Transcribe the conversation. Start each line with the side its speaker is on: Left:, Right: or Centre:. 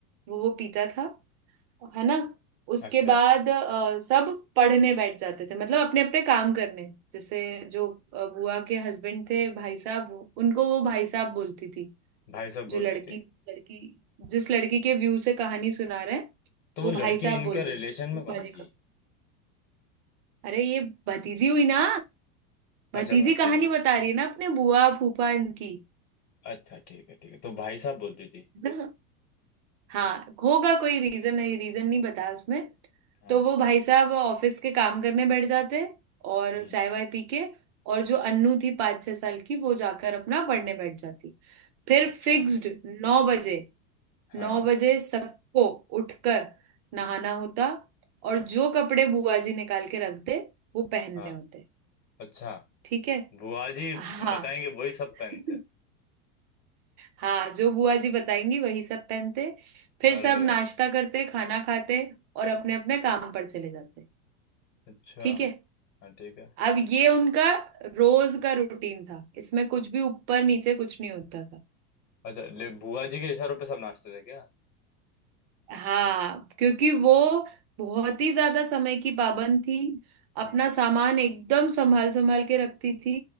Right: वो वो पीता था है ना उसके
Left: अच्छा
Right: बाद अ, सब पढ़ने बैठ जाते थे मतलब अपने अपने काम करने जैसे जो अ, बुआ के हस्बैंड थे भाई साहब उनको वो भाई साहब बोलती थी
Left: भाई साहब बोलती
Right: जो लड़की
Left: थी
Right: लड़की जिस लड़की के व्यू से कहानी सुना रहे हैं
Left: तो वो
Right: वो
Left: लड़की
Right: भाई साहब
Left: इनके
Right: बोलते
Left: रिलेशन
Right: थे
Left: में
Right: रूपा
Left: कौन
Right: जी को
Left: थी
Right: अरे ये भतीजी हुई ना
Left: अच्छा
Right: भतीजी
Left: भतीजी
Right: कहानी बता रही है ना अपने बुआ फूफा इनकी
Left: अच्छा ठीक है ठीक है तो भाई साहब बोलती थी
Right: है ना हाँ होगा कोई रीजन नहीं रीजन नहीं बता उसमें
Left: हाँ
Right: तो वो भाई साहब ऑफिस के काम करने बैठ जाते और
Left: हम्म
Right: चाय वाय पी के और जो अन्नू थी पाँच छह साल की वो जाकर अपना पढ़ने बैठ जाती फिर
Left: अच्छा
Right: फिक्स्ड नौ बजे नौ
Left: हाँ
Right: बजे सबको उठकर नहाना होता और जो कपड़े बुआ जी निकाल के रख दे वो पहनने
Left: हाँ
Right: होते
Left: अच्छा
Right: ठीक है
Left: बुआ जी
Right: हाँ
Left: बताएंगे वही सब पहनते
Right: <laughs>
Left: हैं
Right: हाँ जो बुआ जी बताएंगी वही सब पहनते फिर
Left: अरे
Right: सब नाश्ता करते खाना खाते और अपने अपने काम पर चले जाते
Left: अच्छा
Right: ठीक है
Left: हाँ ठीक है
Right: अब ये उनका रोज का रूटीन था इसमें कुछ भी ऊपर नीचे कुछ नहीं होता था
Left: अच्छा ले बुआ जी के इशारों पे सब नाचते थे क्या
Right: हाँ क्योंकि वो बहुत ही ज्यादा समय की पाबंद थी अपना
Left: हम्म
Right: सामान एकदम संभाल संभाल के रखती थी